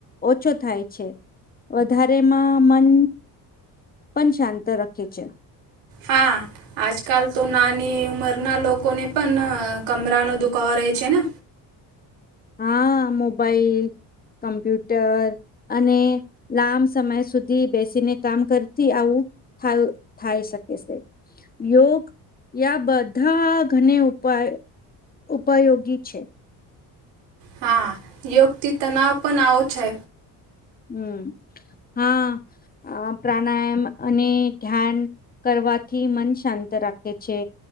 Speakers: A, on the left; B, on the right.
A: ઓછો થાય છે વધારેમાં મન પણ શાંત રાખે છે.
B: હા. આજકાલ તો નાની ઉંમરના લોકોને પણ કમરાનો દુખાવો રહે છે ને
A: હા મોબાઈલ, કમ્પ્યુટર અને લાંબ સમય સુધી બેસીને કામ કરતી આવું ફાય ફાવી શકે છે. યોગ યા બધા ઘની ઉપાય ઉપયોગી છે.
B: હા યોગ થી તનાવ પણ આવ છે.
A: હમમ હા પ્રાણાયામ અને ધ્યાન કરવાથી મન શાંત રાખે છે.